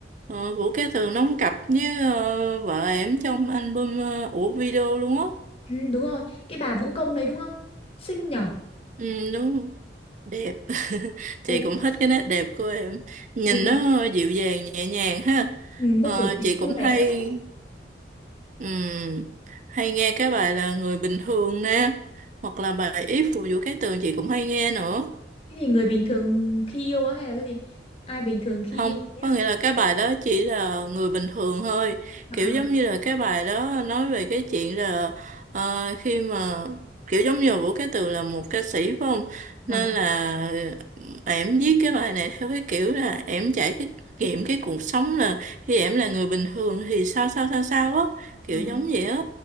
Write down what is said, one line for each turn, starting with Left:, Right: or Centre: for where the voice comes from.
Right: Ờ, Vũ Cát Tường đóng cặp với ờ, vợ ẻm trong album uh, của video luôn á
Left: Ừ, đúng rồi, cái bà vũ công đấy đúng không? Xinh nhở.
Right: ừ, đúng đẹp <laughs> chị
Left: đẹp
Right: cũng
Left: quá.
Right: thích cái nét đẹp của em nhìn
Left: ừ.
Right: nó dịu dàng nhẹ nhàng ha
Left: Ừ, nó
Right: Ờ,
Left: kiểu tiểu
Right: chị cũng
Left: thư đại
Right: hay
Left: cát ấy.
Right: ừm, hay nghe cái bài là người bình thường nè hoặc là bài If của Vũ Cát Tường chị cũng hay nghe nữa
Left: Cái gì người bình thường khi yêu á hay là cái gì? Ai bình thường khi
Right: Không,
Left: yêu thế á?
Right: có nghĩa là cái bài đó chỉ là người bình thường thôi.
Left: À,
Right: Kiểu
Left: à.
Right: giống như là cái bài đó nói về cái chuyện là ờ, khi mà kiểu giống như là Vũ Cá Tường là một ca sĩ phải không?
Left: Vâng.
Right: Nên là ẻm viết cái bài này theo cái kiểu là ẻm trải cái nghiệm cái cuộc sống là khi ẻm là người bình thường thì sao sao sao sao á, kiểu
Left: À,
Right: giống vậy á.